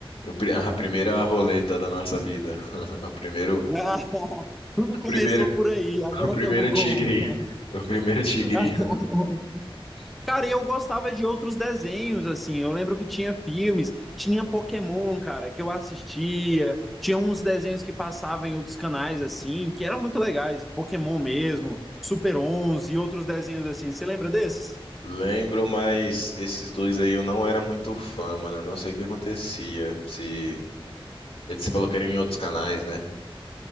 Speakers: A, on the left; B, in the centre.
A: O pri- A primeira roleta da nossa vida. <laughs> O primeiro,
B: <laughs> Tudo
A: o
B: começou
A: primeiro,
B: por aí, agora
A: o primeiro
B: estamos como?
A: tigre. O primeiro tigrinho.
B: <laughs> Cara, e eu gostava de outros desenhos, assim. Eu lembro que tinha filmes, tinha Pokémon, cara, que eu assistia. Tinha uns desenhos que passavam em outros canais, assim, que eram muito legais. Pokémon mesmo, Super 11 e outros desenhos assim. Você lembra desses?
A: Lembro, mas esses dois aí eu não era muito fã, mano. Eu não sei o que acontecia. Se... Você falou que era em outros canais, né?